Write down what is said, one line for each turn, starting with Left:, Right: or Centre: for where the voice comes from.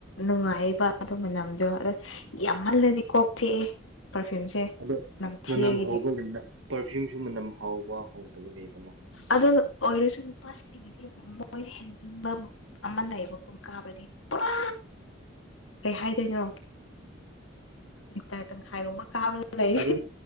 Left: ꯅꯨꯡꯉꯥꯏꯕ ꯑꯗꯨ ꯃꯅꯝꯗꯣ ꯌꯥꯝꯃꯜꯂꯗꯤ ꯀꯣꯛ ꯆꯤꯛꯑꯦ ꯄꯔꯐ꯭ꯌꯨꯝꯁꯦ
Right: ꯑꯗꯣ
Left: ꯅꯝꯊꯤ
Right: ꯃꯅꯝ
Left: ꯑꯩꯒꯤꯗꯤ
Right: ꯍꯥꯎꯕ ꯂꯩꯅ ꯄꯔꯐ꯭ꯌꯨꯝꯁꯨ ꯃꯅꯝ ꯍꯥꯎꯕ ꯍꯥꯎꯇꯕ ꯂꯩꯗꯅ
Left: ꯑꯗꯨ ꯑꯣꯏꯔꯁꯨ ꯅꯨꯄꯥ ꯁꯤꯗꯤ ꯃꯣꯏꯁꯦ ꯍꯦꯟꯖꯤꯟꯕ ꯑꯃ ꯂꯩꯌꯦꯕꯀꯣ ꯀꯥꯞꯔꯗꯤ ꯄꯨꯔꯥ ꯀꯩ ꯍꯥꯏꯗꯣꯏꯅꯣ ꯂꯤꯇꯔ ꯇꯪꯈꯥꯏꯒꯨꯝꯕ ꯀꯥꯞꯔꯒ ꯂꯩ
Right: ꯑꯗꯣ